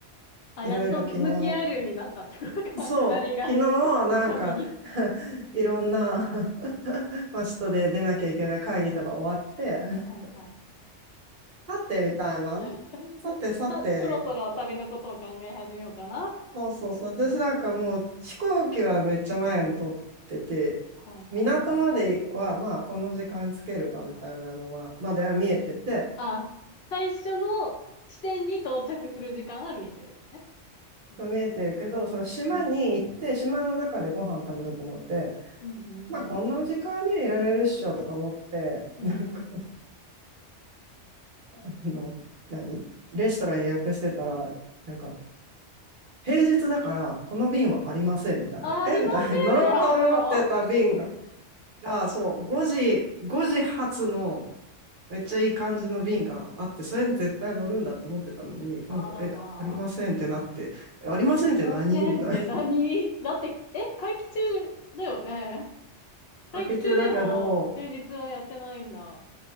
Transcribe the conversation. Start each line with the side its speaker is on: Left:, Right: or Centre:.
Left: あ、
Right: いろいろ昨日、
Left: やっと向き合えるようになったってことか、
Right: そう、
Left: <laughs> 二人が
Right: 昨日、なんか、
Left: 旅に。
Right: <laughs> いろんなまあ、人で出なきゃいけない会議とか終わって、
Left: はいはい。
Right: <laughs> さて、みたいな。
Left: <laughs>
Right: さて、さて、
Left: さ、そろそろ旅のことを考え始めようかなっていう。
Right: そうそうそう。私なんかもう飛行機はめっちゃ前に撮ってて、
Left: はいはいはい。
Right: 港まではまあこの時間につけるな、みたいなのは、までは見えてて、
Left: あ、最初の地点に到着する時間は見えてるんですね。うん、
Right: 見えてるけど、その島に行って、
Left: うん、
Right: 島の中でご飯食べようと思って、
Left: うん、う
Right: まあこんな時間にはいられるっしょとか思って、
Left: ん、うん、
Right: なんか、
Left: うんうんうん。
Right: あの、何レストラン予約してたら、なんか、平日だから、この便はありません、みたいな。
Left: ありませんもあるの
Right: えみたいな。<laughs> 乗ろうと思ってた便が、あそう、5時、5時発の、めっちゃいい感じの便があって、それに絶対乗るんだと思ってたのに、
Left: <laughs> あらま
Right: なんか、え、ありませんってなって、え、ありませんって何みたい
Left: あ。ありませんって何だって、え、会期中だよね。
Right: な。
Left: 待機中でも平日はやってないんだ。
Right: <laughs> 明け中だけど、